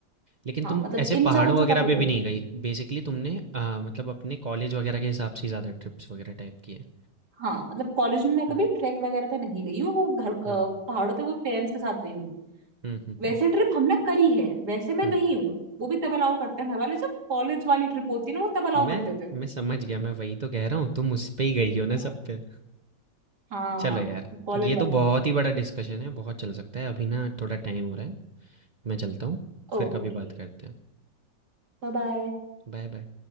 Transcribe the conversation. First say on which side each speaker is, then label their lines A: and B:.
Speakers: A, on the right; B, on the right.
A: लेकिन
B: हाँ
A: तुम
B: मतलब
A: ऐसे पहाड़ों
B: इन चारों
A: वगैरह
B: जगह पे
A: पे
B: गए
A: भी नहीं
B: हैं।
A: गई? बेसिकली तुमने अ, मतलब अपने कॉलेज वगैरह के हिसाब से ही ज़्यादा ट्रिप्स वगैरह टाइप की हैं।
B: हाँ मतलब कॉलेज में मैं कभी
A: हुँ,
B: ट्रैक वगैरह पे नहीं गई हूँ वो घर अ,
A: हुँ।
B: पहाड़ों पे वो पेरेंट्स के साथ गई हूँ
A: हुँ, हुँ,
B: वैसे
A: हुँ,
B: ट्रिप हमने करी है वैसे मैं
A: हुँ।
B: गई हूँ वो भी तब अलाउ करते हैं घर वाले जब कॉलेज वाली ट्रिप होती है ना वो तब अलाउ
A: मैं
B: करते थे
A: मैं समझ गया, मैं वही तो कह रहा हूँ, तुम उस पे ही गई हो ना
B: हाँ।
A: सब पे।
B: हाँ हाँ,
A: चलो
B: हाँ।
A: यार
B: कॉलेज
A: ये
B: वाली
A: तो बहुत ही बड़ा डिस्कशन है बहुत चल सकता है अभी ना थोड़ा टाइम हो रहा है मैं चलता हूँ
B: ओके
A: फिर कभी बात करते हैं
B: Bye bye
A: Bye bye